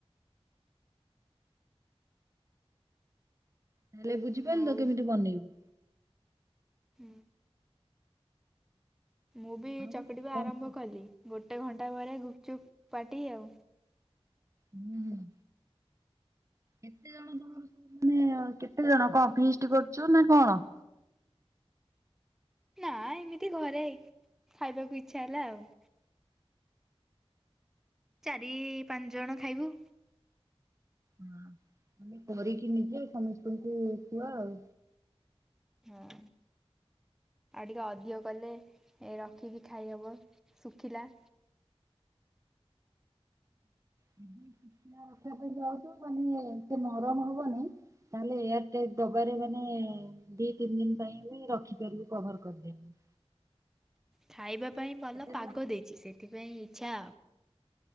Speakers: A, on the right (about 30°); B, in the centre.
A: ତାହେଲେ ବୁଝିପାରିଲ
B: ହଉ
A: କେମିତି ବନେଇବୁ?
B: ହୁଁ। ମୁଁ ବି
A: ଆଉ
B: ଚକଟିବା
A: କଣ
B: ଆରମ୍ଭ
A: ହୁଁ
B: କଲି ଗୋଟେ ଘଣ୍ଟା ପରେ ଗୁପଚୁପ୍ ପାଟି ଆଉ।
A: ହୁଁ ହୁଁ। କେତେ ଜଣ ତମର ସବୁ ମାନେ କେତେ ଜଣ କଣ ଫିଷ୍ଟ କରୁଛ ନା କଣ?
B: ନା ଏମିତି ଘରେ ଖାଇବାକୁ ଇଚ୍ଛା ହେଲା ଆଉ। ଚାରି ପାଞ୍ଚ ଜଣ ଖାଇବୁ।
A: ହଁ ତମେ କରିକି ନିଜେ ଆଉ ସମସ୍ତଙ୍କୁ ଖୁଆ ଆଉ।
B: ହଁ। ଆଉ ଟିକେ ଅଧିକ କଲେ ଏ ରଖିକି ଖାଇହବ ଶୁଖିଲା।
A: ହୁଁ <inaudible> ଶୁଖିଲା ରଖିବା ପାଇଁ ଚାହୁଁଚ <unintelligible> ଏତେ ନରମ ହବନି। ତାହେଲେ ଏୟାର ଟାଇଟ ଡବାରେ ମାନେ। ଦି ତିନି ଦିନ ପାଇଁ ବି ରଖିପାରିବୁ କଭର କରିଦେମି।
B: ଖାଇବା ପାଇଁ ଭଲ
A: ସେଥିରେ
B: ପାଗ ଦେଇଛି ସେଥିପାଇଁ ଇଚ୍ଛା।